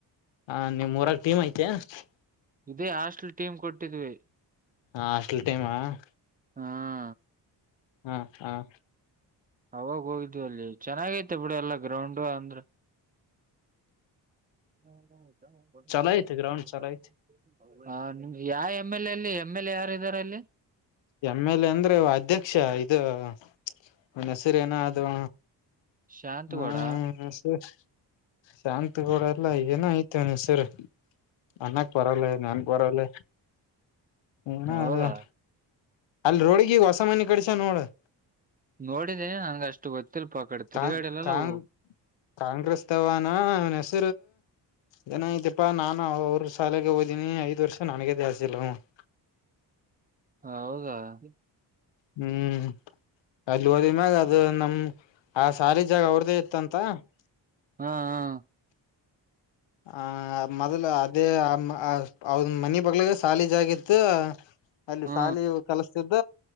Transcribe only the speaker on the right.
ಇದೇ ಹಾಸ್ಟಲ್ ಟೀಮ್ ಕೊಟ್ಟಿದ್ವಿ <unintelligible>
ಹಾ <unintelligible>
ಅವಾಗ ಹೋಗಿದ್ ಅಲ್ಲಿ ಚೆನ್ನಾಗೈತೆ ಬಿಡಿ ಎಲ್ಲಾ ಗ್ರೌಂಡ್ ಅಂದ್ರ <unintelligible> ಹ್ಮ್ ಹ್ಮ ಬ ಹೊ
<inaudible> ಹ ನಿಮ ಯಾವ ಎಮ್ ಎಲ್ ಎಲ್ಲಿ ಎಮ್ ಎಲ್ ಎ ಯಾರ ಇದಾರೆ ಅಲ್ಲಿ <unintelligible>
ಶಾಂತಗೌಡ
ಹೌದಾ
ನೋಡಿದ್ದೀನಿ ನನ್ಗ ಅಷ್ಟು ಗೊತ್ತಿಲ್ ಪ ಆ ಕಡೆ ತಿರುಗಾಡಲ್ಲವು
<unintelligible>
ಹ ಹೌದಾ <unintelligible>
ಹಾ ಹಾ <unintelligible>
ಹಾ